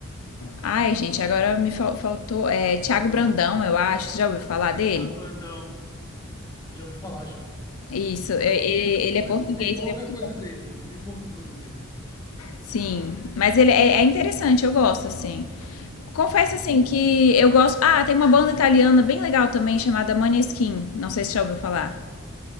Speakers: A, on the left; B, on the left.
A: Ai, gente, agora me fal- faltou. É Tiago Brandão, eu acho. Você já ouviu falar dele?
B: Thiago Brandão, já ouvi falar já.
A: Isso,
B: eu
A: é-
B: vou falar.
A: ele, ele
B: Mas
A: é português,
B: eu ouvi pouca
A: ele é muito
B: coisa
A: bom.
B: dele, eu ouvi pouca coisa dele.
A: Sim, mas ele é, é interessante, eu gosto, assim. Confesso
B: Uhum.
A: assim que eu gosto. Ah, tem uma banda italiana bem legal também chamada Maneskin. Não sei se já ouviu falar.